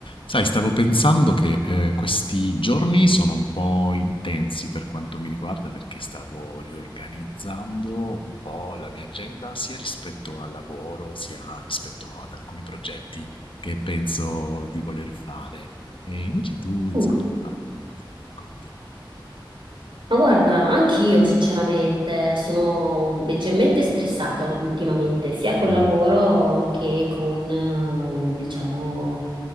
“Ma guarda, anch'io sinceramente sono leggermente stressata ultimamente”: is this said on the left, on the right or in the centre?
Right